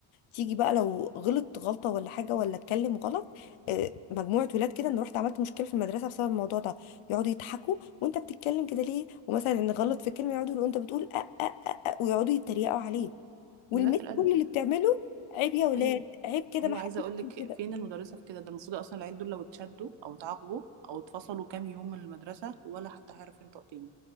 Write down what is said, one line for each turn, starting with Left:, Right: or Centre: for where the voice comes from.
Left: تيجي بقى لو غلط غلطة ولا حاجة ولا اتكلم غلط آه، مجموعة ولاد كده انا رحت عملت مشكلة في المدرسة بسبب الموضوع ده يقعدوا يضحكوا وانت بتتكلم كده ليه ومثلا نغلط في كلمة يقعدوا يقولوا انت بتقول أ أ أ أ ويقعدوا يتريقوا عليه والمس
Right: قلة الادب
Left: كل اللي بتعمله عيب يا ولاد
Right: ايوه
Left: عيب كده
Right: ايوه
Left: ما حدش
Right: عايزه اقول لك
Left: يعمل كده
Right: فين المدرسه في كده ده المفروض اصلا العيال دول لو اتشدوا او اتعاقبوا او اتفصلوا كام يوم من المدرسه ولا حد هيعرف ينطق تاني